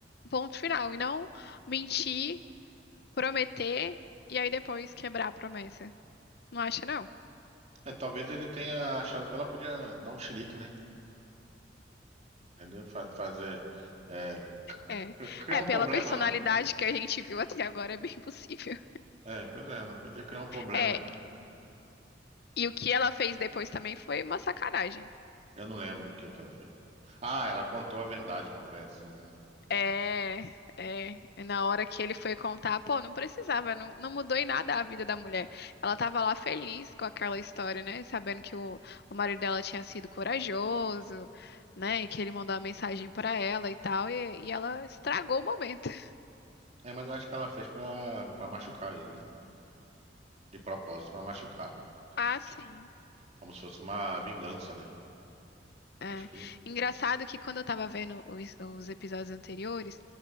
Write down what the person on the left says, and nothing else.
Ponto final. E não mentir, prometer e aí depois quebrar a promessa. Não acha, não?
É.
É,
pela
personalidade
que a gente viu até agora, é bem possível.
É, e o que ela fez depois também foi uma sacanagem.
É, é. E Na hora que ele foi contar, pô, não precisava, não, não mudou em nada a vida da mulher. Ela tava lá feliz com aquela história, né? Sabendo que o, o marido dela tinha sido corajoso, né? E que ele mandou uma mensagem pra ela e tal, e, e ela estragou o momento. <laughs>
Ah, sim.
É.
Engraçado que quando eu tava vendo os, os episódios anteriores,